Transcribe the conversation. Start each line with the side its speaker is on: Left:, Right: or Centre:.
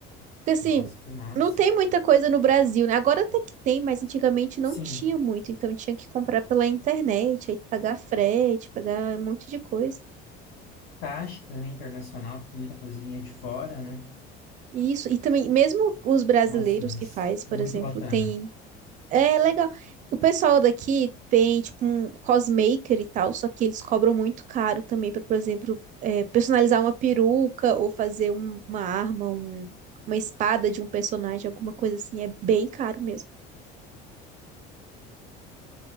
Right: Porque assim,
Left: Nossa, que massa.
Right: não tem muita coisa no Brasil, né? Agora até que tem, mas antigamente
Left: Sim.
Right: não tinha muito, então tinha que comprar pela internet, aí pagar frete, pagar um monte de coisa.
Left: Taxa também internacional, porque muita coisa vinha de fora, né?
Right: Isso, e também, mesmo os brasileiros
Left: Nossa, mas
Right: que faz, por
Left: muito
Right: exemplo,
Left: bacana.
Right: tem. É legal. O pessoal daqui tem, tipo, um cosmaker e tal, só que eles cobram muito caro também para, por exemplo, é, personalizar uma peruca ou fazer um- uma arma, um- uma espada de um personagem, alguma coisa assim. É bem caro mesmo.